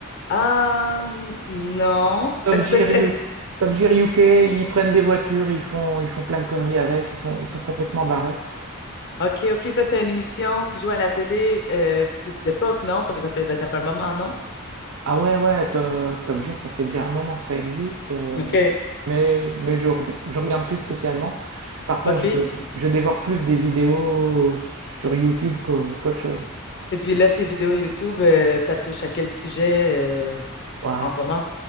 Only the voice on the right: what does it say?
Top
Gear
U- K, Top Gear UK, ils prennent des voitures, ils font, ils font plein de conneries avec, ils sont, ils sont complètement barrés.
Ah ouais, ouais, To- Top Gear, ça fait déjà un moment que ça existe, euh,
mais, mais je, reg- je regarde plus spécialement. Par contre,
je, je dévore plus des vidéos sur YouTube qu'au- qu'autre chose.
Ouais,
c-